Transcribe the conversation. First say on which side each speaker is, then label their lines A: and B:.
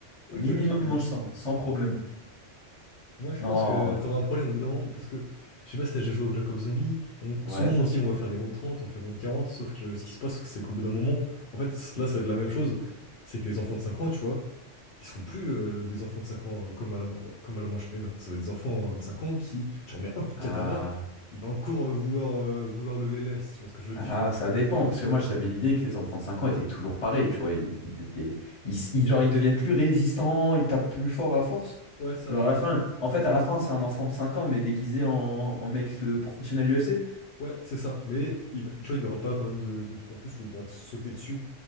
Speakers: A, on the left; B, on the left.
A: Ok,
B: Minimum
A: ok, t'es
B: manche
A: bon.
B: 100, sans problème.
A: Moi, je
B: Non,
A: pense que t'auras un problème au bout d'un moment parce que je sais pas si t'as déjà joué au Black Ops Zombie. On,
B: ouais.
A: souvent aussi, on va faire des rounds 30, on fait round 40. Sauf que ce qui se passe, c'est qu'au bout d'un moment, en fait, c- là, ça va être la même chose. C'est que les enfants de 5 ans, tu vois, ils seront plus euh, des enfants de 5 ans euh, comme à la, ma- comme à la manche une. Ça va être des enfants euh, de 5 ans qui, tu remets un coup de
B: Ah,
A: katana, il va encore euh, vouloir, euh, vouloir le lélé, si tu vois ce que je veux
B: ah,
A: dire.
B: ça dépend. Parce que moi, j'avais l'idée que les enfants de 5 ans étaient toujours pareils, tu vois. Ils ils étaient. Ils, ils- genre, ils deviennent plus résistants, ils tapent plus fort à force.
A: Ouais, c'est ça.
B: Genre, à la fin. En fait, à la fin, c'est un enfant de 5 ans, mais déguisé en, en mec euh, professionnel UFC.
A: Ouais, c'est ça. Mais il va- tu vois, il n'aura pas quand même de, de trucs en plus où il pourra te sauter dessus,